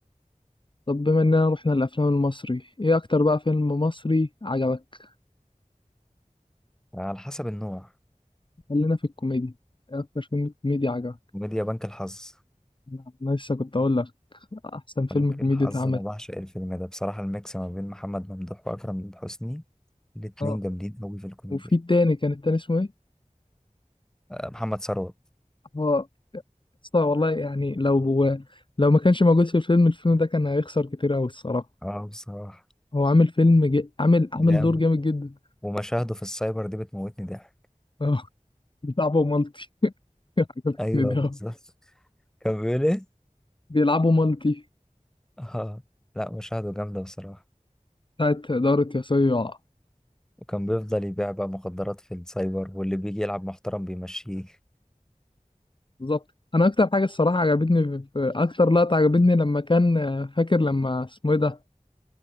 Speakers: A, on the left (about 35°); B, in the centre.
A: طب بما اننا رحنا للافلام المصري ايه اكتر بقى فيلم مصري عجبك
B: على حسب النوع
A: خلينا في الكوميديا ايه اكتر فيلم كوميدي عجبك
B: كوميديا بنك الحظ
A: انا أنا لسه كنت اقول لك احسن فيلم
B: بنك
A: كوميدي
B: الحظ
A: اتعمل
B: أنا بعشق الفيلم ده بصراحة الميكس ما بين محمد ممدوح وأكرم حسني الاتنين
A: اه
B: جامدين أوي في الكوميديا
A: وفي التاني كان التاني اسمه ايه
B: آه، محمد ثروت
A: هو أصلا والله يعني لو هو لو ما كانش موجود في الفيلم الفيلم ده كان هيخسر كتير قوي الصراحه
B: اه بصراحة
A: هو عامل فيلم جي... عامل عامل
B: جامد
A: دور جامد جدا
B: ومشاهده في السايبر دي بتموتني ضحك
A: اه <laughs> بيلعبوا مالتي <laughs> عجبتني
B: أيوه
A: ده
B: بالظبط كان بيقول إيه؟
A: بيلعبوا مالتي
B: اه لا مشاهده جامدة بصراحة
A: بتاعت دارة يا صيع
B: وكان بيفضل يبيع بقى مخدرات في السايبر واللي بيجي يلعب محترم بيمشيه
A: بالظبط انا اكتر حاجه الصراحه عجبتني في في- اكتر لقطه عجبتني لما كان آه، فاكر لما اسمه ايه ده